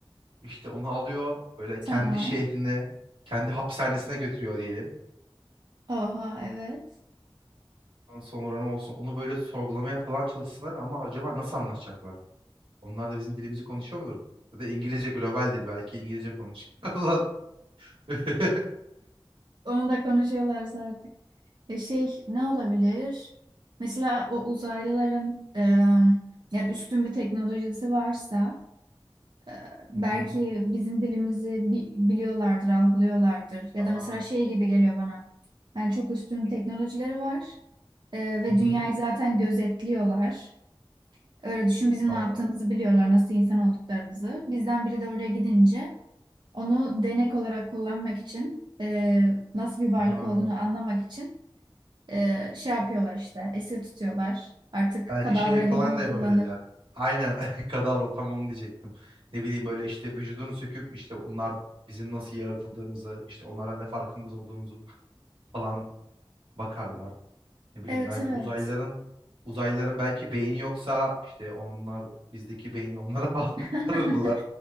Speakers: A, on the right; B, on the right.
A: İşte onu alıyor böyle kendi
B: Tamam.
A: şehrine, kendi hapishanesine götürüyor diyelim.
B: Oha evet.
A: Ondan Sonra ne olsun onu böyle sorgulamaya falan çalışsınlar ama acaba nasıl anlaşacaklar? Onlar da bizim dilimizi konuşuyor mudur? Ya da İngilizce global dil belki İngilizce konuşuyorlar. <laughs>
B: Onu da konuşuyorlar zaten E şey ne olabilir? Mesela o uzaylıların e, yani üstün bir teknolojisi varsa e, belki
A: Hı hı.
B: bizim dilimizi bi- biliyorlardır, algılıyorlardır. Ya
A: Aha.
B: da mesela şey gibi geliyor bana. Yani çok üstün teknolojileri var e, ve
A: Hı hı.
B: dünyayı zaten gözetliyorlar. Öyle düşün bizim
A: Tamam.
B: ne yaptığımızı biliyorlar, nasıl insan olduklarımızı. Bizden biri de oraya gidince Onu denek olarak kullanmak için e, nasıl bir varlık
A: Aha.
B: olduğunu anlamak için e, şey yapıyorlar işte esir tutuyorlar. Artık
A: Belki
B: kadavra
A: şey falan
B: gibi mi
A: da yapabilirler.
B: kullanır?
A: Aynen <laughs> kadavra tam onu diyecektim. Ne bileyim böyle işte vücudunu söküp işte onlar bizim nasıl yaratıldığımızı işte onlara ne farkımız olduğumuzu falan bakarlar. Ne bileyim
B: Evet
A: belki
B: evet.
A: uzaylıların uzaylıların belki beyni yoksa işte onlar bizdeki beyni onlara <laughs>
B: <laughs>
A: bağlarlar.